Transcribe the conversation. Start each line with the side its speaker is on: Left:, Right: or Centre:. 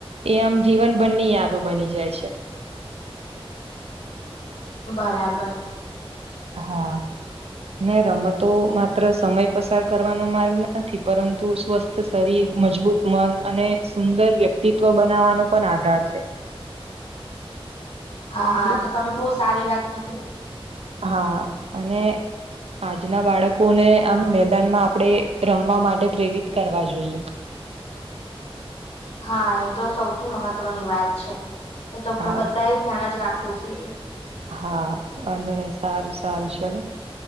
Right: એ આમ જીવનભરની યાદો બની જાય છે.
Left: બરાબર.
Right: અહા ને રમતો, માત્ર સમય પસાર કરવાનો માર્ગ નથી પરંતુ <unintelligible> <unintelligible> શરીર મજબૂત મન અને સુંદર વ્યક્તિત્વ બનાવાનો પણ આધાર છે.
Left: હા,
Right: એટલે
Left: તો તમે બહુ સારી વાત કીધી.
Right: હા, અને આજના બાળકોને, આમ મેદાનમાં આપડે, રમવા માટે પ્રેરિત કરવા જોઈએ.
Left: હા એ તો સૌથી મહત્વની વાત છે <unintelligible>
Right: હા
Left: બધા એ ધ્યાન જ રાખવું જોઈએ.
Right: હા, અને સારું સારું ચલો,